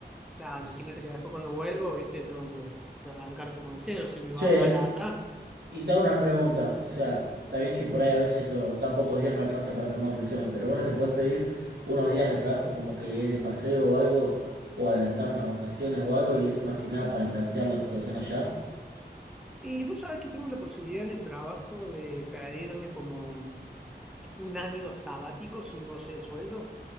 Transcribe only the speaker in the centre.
claro,
imagínate que después cuando vuelvo, ¿viste? Tengo que, que arrancar como de cero si me
va mal allá.
Y vos sabés que tengo la posibilidad en el trabajo de pedirme como... un año sabático sin goce de sueldo,